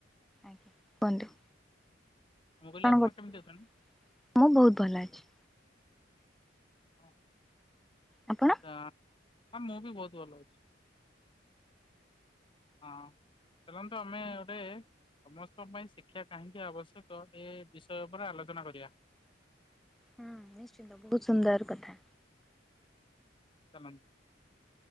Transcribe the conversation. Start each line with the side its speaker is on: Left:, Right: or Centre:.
Centre: ଆଜ୍ଞା, କୁହନ୍ତୁ।
Left: ମୁଁ କହିଲି
Centre: କଣ,
Left: ଆପଣ
Centre: କରୁଥିଲ?
Left: କେମିତି ଅଛନ୍ତି?
Centre: ମୁଁ ବହୁତ ଭଲ ଅଛି।
Left: ହ,
Centre: ଆପଣ?
Left: ତ ଆ' ମୁଁ ବି ବହୁତ, ଭଲ ଅଛି। ହଁ ଚାଲନ୍ତୁ, ଆମେ ଗୋଟେ ସମସ୍ତଙ୍କ ପାଇଁ, ଶିକ୍ଷା କାହିଁକି ଆବଶ୍ୟକ? ଏ ବିଷୟ ଉପରେ, ଆଲୋଚନା କରିବା।
Centre: ହୁଁ, ନିଶ୍ଚିନ୍ତ ବହୁତ ସୁନ୍ଦର କଥା।
Left: ଚାଲନ୍ତୁ।